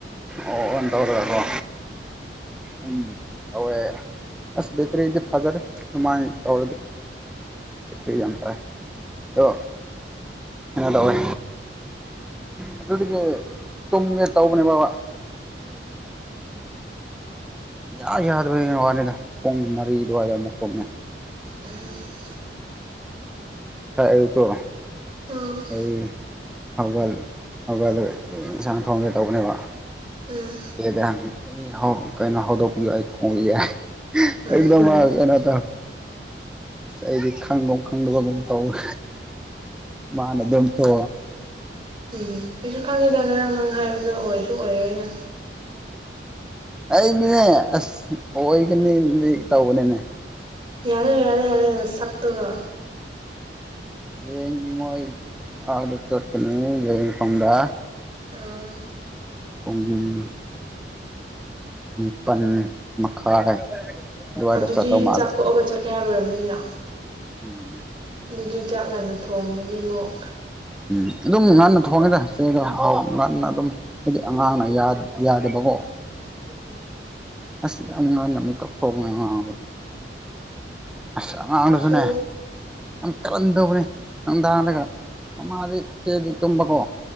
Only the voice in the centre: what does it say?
ꯑꯣꯟ ꯇꯧꯔꯀꯣ
ꯎꯝ ꯇꯧꯋꯦ ꯑꯁ ꯕꯦꯇ꯭ꯔꯤꯗꯤ ꯐꯖꯔꯦ ꯑꯗꯨꯃꯥꯏꯅ ꯇꯧꯔꯗꯤ ꯆꯩ ꯌꯥꯝ ꯆꯥꯏ ꯑꯣ ꯀꯩꯅꯣ ꯇꯧꯋꯦ ꯑꯗꯨꯗꯒꯤ ꯇꯨꯝꯒꯦ ꯇꯧꯕꯅꯦ ꯕꯥ
ꯌꯥ ꯌꯥꯗꯕꯩ ꯋꯥꯅꯤꯗ ꯄꯨꯡ ꯃꯔꯤ ꯑꯗꯨꯋꯥꯏꯗ ꯑꯃꯨꯛ ꯀꯨꯝꯃꯦ
ꯁꯥꯥꯏ ꯑꯗꯨꯒꯛꯇ
ꯑꯩ ꯍꯧꯒ ꯍꯧꯒꯜ ꯏꯟꯁꯥꯡ ꯊꯣꯡꯒꯦ ꯇꯧꯕꯅꯦꯕ <unintelligible>
ꯑꯩ ꯍꯧ ꯀꯩꯅꯣ ꯍꯧꯗꯣꯛꯄꯤꯌꯣ ꯑꯩ ꯈꯣꯡ ꯌꯥꯏ
ꯑꯦꯗꯝꯝꯅ ꯑꯁ ꯑꯩꯗꯤ ꯈꯪꯒꯨꯝ ꯈꯪꯗꯕꯒꯨꯃ ꯇꯧꯋꯦ ꯃꯥꯅ ꯑꯗꯨꯝ ꯇꯣ
ꯑꯩꯅꯤ ꯑꯁ ꯑꯣ ꯑꯣꯏꯒꯅꯤ ꯇꯧꯕꯅꯦꯅꯦ
ꯍꯌꯦꯡ ꯃꯣꯏ ꯑꯁ ꯆꯠꯀꯅꯤ <unintelligible> ꯈꯣꯡꯗꯥ
ꯐꯣꯡꯃꯤꯃꯅꯤ ꯅꯤꯄꯜ ꯃꯈꯥꯏ ꯑꯗꯨꯋꯥꯏꯗ
ꯆꯠꯇꯧ ꯃꯥꯜꯂꯦ
ꯎꯝ
ꯎꯝ ꯑꯗꯨꯝ ꯉꯟꯅ ꯊꯣꯡꯉꯦꯗ ꯏꯆꯦꯗꯥꯎ ꯉꯟꯅ ꯑꯗꯨꯝ ꯍꯥꯏꯗꯤ ꯑꯉꯥꯡꯅ ꯌꯥꯗꯕꯀꯣ
ꯑꯁ ꯌꯥꯝ ꯉꯟꯅ ꯃꯤꯛꯇ ꯊꯣꯡꯉꯦ ꯑꯉꯥꯡꯗꯣ ꯑꯁ ꯑꯉꯥꯡꯗꯁꯨꯅꯦ
ꯌꯥꯝ ꯀꯔꯟꯗꯧꯕꯅꯤ ꯅꯨꯡꯗꯥꯡꯗꯒ ꯃꯃꯥꯗꯤ ꯏꯆꯦꯗꯤ ꯇꯨꯝꯕꯀꯣ